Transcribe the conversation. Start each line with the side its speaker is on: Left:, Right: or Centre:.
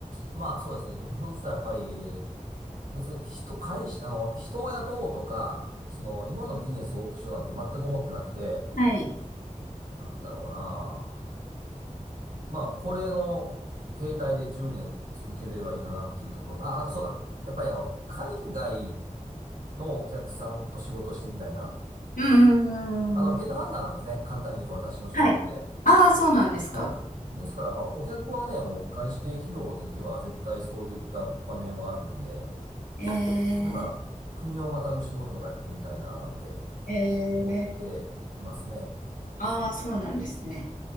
Right: まあそうですね。目標って言ったらやっぱり、別に人、会社、あの、人を雇おうとか、その、今のビジネスを大きくしようなんて全く思ってなくて、
Left: はい。
Right: なんだろうな。まあ、これの携帯で10年続けれればいいかなっていうところと、あ、あとそうだ。やっぱりあの、海外のお客さんと仕事してみたいなと。
Left: うん、
Right: あの、ヘッドハンターなんですね。
Left: ん、
Right: 簡単に言うと私の仕事って。
Left: はい。ああ、そうなんですか。
Right: はい。ですからまあ、お客はね、もう外資系企業に行けば絶対そういった場面はあるんで、
Left: え
Right: なんか、国をまたぐ仕事とかやってみたいな、なんて
Left: ー、えー、
Right: 思っていますね。
Left: ああ、そうなんですね。